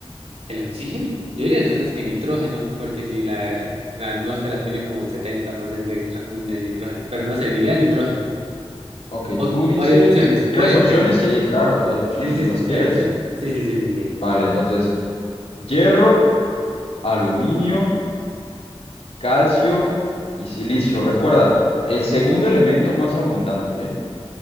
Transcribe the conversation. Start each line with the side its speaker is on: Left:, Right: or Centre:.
Right: el oxígeno, yo diría entonces que nitrógeno, porque si la, la atmósfera tiene como 70% de nitro- de nitrógeno, pero no sé, diría nitrógeno.
Left: Ok,
Right: O,
Left: tú
Right: o
Left: dices,
Right: hay opciones, o
Left: ¿quieres
Right: hay opciones.
Left: opciones? Sí, claro, hay opciones,
Right: Sí, sí, sí,
Left: las
Right: sí,
Left: quieres.
Right: ¿hay opciones? Sí, sí, sí, sí, sí.
Left: Vale, entonces, hierro, aluminio, calcio y silicio. Recuerda, el segundo elemento más abundante, ¿eh?